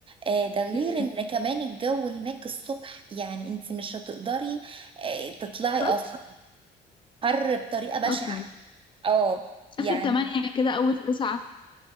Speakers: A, on the right (about 30°); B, on the left (about 30°).
A: آه ده غير
B: امم
A: ان كمان الجو هناك الصبح يعني انت مش هتقدري آه تطلعي
B: فرق
A: اصلا حر بطريقه بشعه
B: اصلا
A: اه يعني
B: اخر تمانية كده اول تسعة